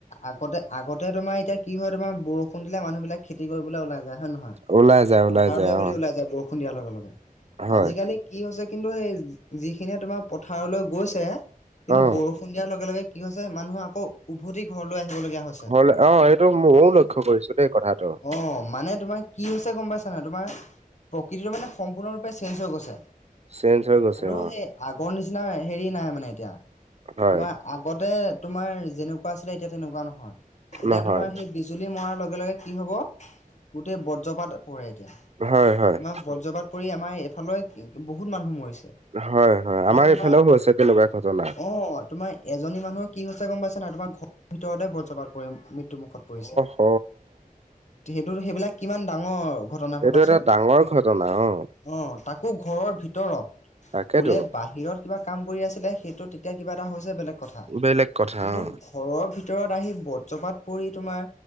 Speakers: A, on the left (about 50°); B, on the right (about 45°).
A: আগতে আগতে তোমাৰ এতিয়া কি হয় তোমাৰ বৰষুণ দিলে মানুহ বিলাক খেতি কৰিবলে ওলাই যায় হয় নহয়
B: ওলাই যায়,
A: পথাৰলৈ
B: ওলাই যায়
A: বুলি
B: অ',
A: ওলাই যায় বৰষুণ দিয়াৰ লগে লগে
B: হয়,
A: আজিকালি কি হৈছে কিন্তু সেই যিখিনিয়ে তোমাৰ পথাৰলৈ গৈছে কিন্তু
B: অ',
A: বৰ বৰষুণ দিয়াৰ লগে লগে কি হৈছে মানুহে আকৌ উভতি ঘৰলৈ আহিবলগীয়া হৈছে।
B: ঘৰলে অ এইটো ময়ো লক্ষ্য কৰিছো দেই কথাটো
A: অ মানে তোমাৰ কি হৈছে গম পাইছা নাই তোমাৰ প্ৰকৃতিটো মানে সম্পূৰ্ণৰূপে চেঞ্জ হৈ গৈছে
B: চেঞ্জ হৈ গৈছে
A: আৰু
B: অ
A: সেই আগৰ নিচিনা হেৰি নাই মানে এতিয়া
B: হয়
A: তোমাৰ আগতে তোমাৰ যেনেকুৱা আছিলে এতিয়া তেনেকুৱা নহয় এতিয়া
B: নহয়
A: তোমাৰ সেই বিজুলী মৰাৰ লগে লগে কি হ'ব গোটেই বজ্ৰপাত পৰে এতিয়া
B: হয় হয়
A: তোমাৰ বজ্ৰপাত পৰি আমাৰ এইফালৰ বহুত মানুহ মৰিছে।
B: হয় হয় আমাৰ
A: আৰু তোমাৰ
B: ইফালেও হৈছে তেনেকুৱা ঘটনা
A: অ তোমাৰ এজনী মানুহৰ কি হৈছে গম পাইছা নাই তোমাৰ ঘৰৰ ভিতৰতে ব্ৰজ্ৰপাত পৰি মৃত্যুমুখত পৰিছে।
B: অহ
A: সেইটো সেইবিলাক কিমান ডাঙৰ ঘটনা
B: এইটো
A: ভাবাচোন।
B: এটা ডাঙৰ ঘটনা অ
A: অ তাকো ঘৰৰ ভিতৰত
B: তাকেতো
A: বোলে বাহ সিহঁত কিবা কাম কৰি আছিলে সেইটো তেতিয়া কিবা এটা হৈছে বেলেগ কথা।
B: বেলেগ কথা
A: কিন্তু
B: অ
A: ঘৰৰ ভিতৰত আহি বজ্ৰপাত পৰি তোমাৰ